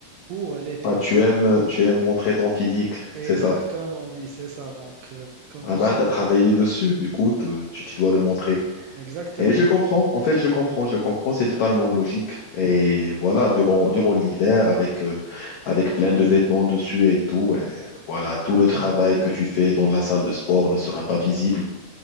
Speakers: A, on the right; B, on the left.
A: pour l'été.
B: Ah, tu aimes, tu aimes montrer ton physique,
A: Exactement,
B: c'est ça.
A: oui, c'est ça. Donc, euh, comme
B: Ah
A: tu
B: ben,
A: sais,
B: t'as
A: donc,
B: travaillé dessus, du coup, te- tu, tu dois le montrer.
A: exactement,
B: Et je comprends, en fait, je comprends, je comprends, c'est totalement logique. Et voilà, durant, durant l'hiver, avec, euh, avec plein de vêtements dessus et tout, et voilà, tout le travail que tu fais dans la salle de sport ne sera pas visible.